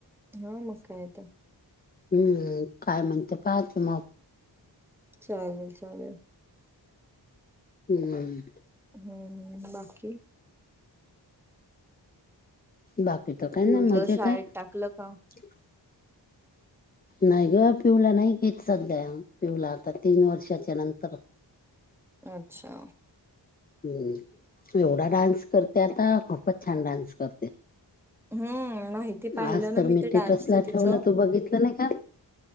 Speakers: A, in the centre; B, on the left.
A: हा मग काय तर
B: हम्म काय म्हणते पाहते मग
A: चालेल चालेल
B: हम्म
A: हम्म बाकी
B: बाकी तर काय
A: पिऊला
B: ना मजेत
A: शाळेत
B: आहे
A: टाकलं का?
B: नाही ग पिऊला नाही घेत सध्या पिवला आता तीन वर्षाच्या नंतर
A: अच्छा
B: हम्म एवढा डान्स करते आता खूपच छान डान्स करते.
A: हम्म माहिती पाहिलं
B: आज
A: ना
B: तर मी
A: ते
B: टेटस
A: डान्सचं
B: ला
A: तिचं
B: ठेवलं तू बघितलं नाही का